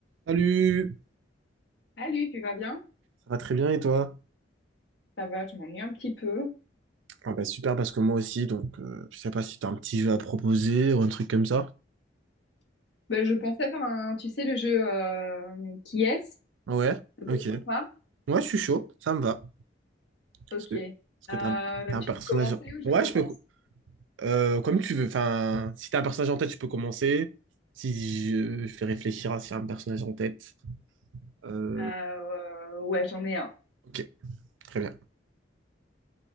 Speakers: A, on the right (about 85°); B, on the left (about 65°).
A: Salut!
B: Salut, tu vas bien?
A: Ça va très bien et toi?
B: Ça va, je m'ennuie un petit peu.
A: Ah bah super parce que moi aussi, donc euh, je sais pas si t'as un petit jeu à proposer ou un truc comme ça.
B: Ben, je pensais faire un, tu sais, le jeu euh, qui est-ce?
A: Ouais,
B: Ça peut
A: ok.
B: être sympa.
A: Ouais, je suis chaud, ça me va.
B: Ok.
A: Parce que, parce que
B: Euh,
A: t'as un, t'as
B: tu
A: un personnage.
B: veux commencer ou je
A: Ouais,
B: commence?
A: je peux. euh, comme tu veux. Enfin, si t'as un personnage en tête, je peux commencer. Si je, je fais réfléchir à si y a un personnage en tête. Euh,
B: Euh, ouais, j'en ai un.
A: ok, très bien.